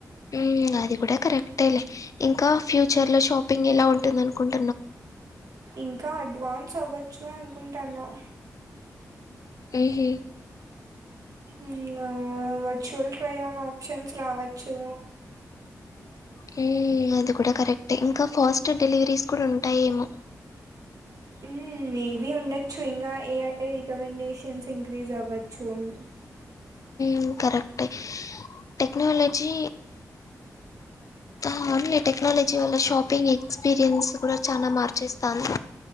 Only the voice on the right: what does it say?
హుహు.
ఇంకా అడ్వాన్స్ అవ్వచ్చు అనుకుంటన్నం
ఇంగ వర్చువల్ ట్రై ఆన్ ఆప్షన్స్ రావచ్చు
మ్ మేబి ఉండొచ్చు ఇంకా ఏఐఐ రికమెండేషన్స్ ఇంక్రీస్ అవ్వొచ్చు చ్చు